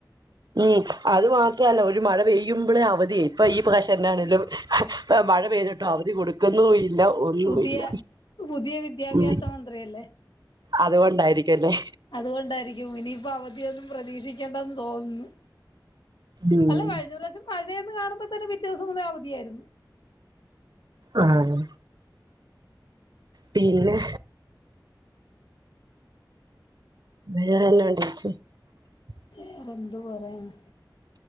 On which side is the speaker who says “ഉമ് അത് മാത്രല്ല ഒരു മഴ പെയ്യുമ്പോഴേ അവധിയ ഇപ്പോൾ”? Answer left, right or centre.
Right